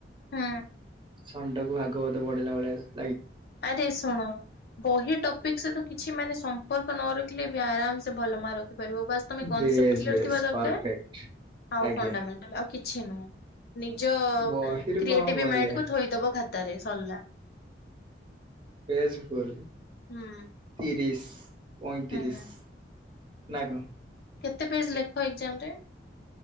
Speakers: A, on the left; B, on the right.
A: ହୁଁ।
B: ଖନ୍ଦ କୁ ଭାଗବଧ ପଢ଼ିଲା ଭଳିଆ ଶୁଭ
A: ଆରେ ଶୁଣ, ବହି ଟପିକ୍ ସହିତ କିଛି ମାନେ ସମ୍ପର୍କ ନ ରଖ ଆରାମ୍ ସେ ଭଲ ମାର୍କ ରଖି ପାରିବ, ବାସ୍ ତମେ କନସେପ୍ଟ
B: ବେଶ
A: କ୍ଲିୟର
B: ବେଶ
A: ଥିବା ଦରକାର।
B: ପରଫେକ୍ଟ
A: ହଉ
B: ଆଜ୍ଞା
A: ଫଣ୍ଡାମେଣ୍ଟଲ ଆଉ କିଛି ନୁହଁ, ନିଜ
B: ବହିରୁ
A: କ୍ରିଏଟିଭି
B: କଣ ହବ ଆଜ୍ଞା
A: ମାଇଣ୍ଡ କୁ ଥୋଇଦବ ଖାତାରେ। ସରିଲା।
B: ପେଜ୍ ଫୁଲ୍,
A: ହୁଁ
B: ତିରିଶ ପଇତିରିଶ
A: ହୁଁ
B: ନା
A: କେତେ ପେଜ୍ ଲେଖ ଏକ୍ସାମ ରେ?